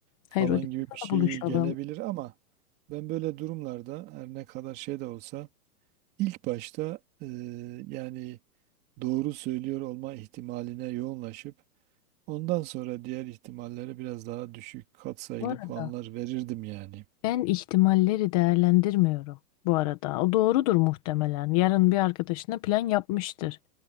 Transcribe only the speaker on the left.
hayır o dedi
bana
buluşalım.
Bu arada
Ben ihtimalleri değerlendirmiyorum bu arada. O doğrudur muhtemelen. Yarın bir arkadaşına plan yapmıştır.